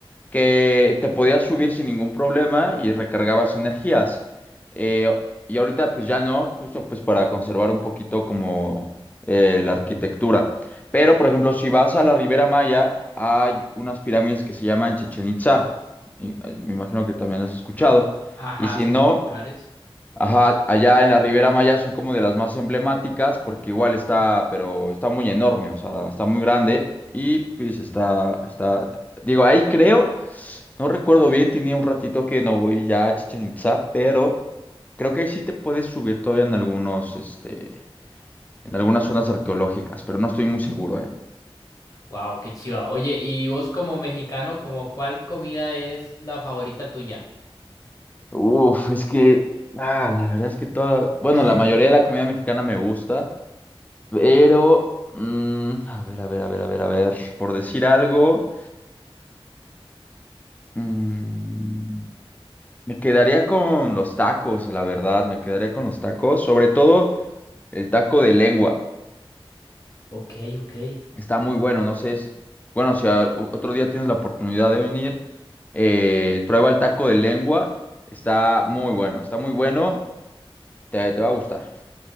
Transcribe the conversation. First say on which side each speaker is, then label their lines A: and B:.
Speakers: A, on the left; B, on the left.
A: que te podías subir sin ningún problema y recargabas energías. Eh, y ahorita pues ya no, justo pues para conservar un poquito como eh, la arquitectura. Pero, por ejemplo, si vas a la Ribera Maya, hay unas pirámides que se llaman Chichen Itza. me imagino que también has escuchado.
B: Ajá,
A: Y si
B: son
A: no...
B: muy populares.
A: Ajá, allá en la Ribera Maya son como de las más emblemáticas porque igual está, pero está muy enorme, o sea, está muy grande y pues está, está, digo, ahí creo, no recuerdo bien, tenía un ratito que no voy ya a Chichen Itzá, pero creo que ahí sí te puedes subir todavía en algunos, este, en algunas zonas arqueológicas, pero no estoy muy seguro, ¿eh?
B: Wow, qué chiva. Oye, y vos como mexicano, como cuál comida es la favorita tuya?
A: Uf, es que, ah, la verdad es que toda, bueno,
B: <laughs>
A: la mayoría de la comida mexicana me gusta. Pero, mm, a ver, a ver, a ver, a ver, a ver, por decir algo, mm, me quedaría con los tacos, la verdad, me quedaría con los tacos, sobre todo el taco de lengua.
B: Ok, ok.
A: Está muy bueno, no sé, es- bueno, si a- otro día tienes la oportunidad de venir, eh, prueba el taco de lengua, está muy bueno, está muy bueno, te, te va a gustar.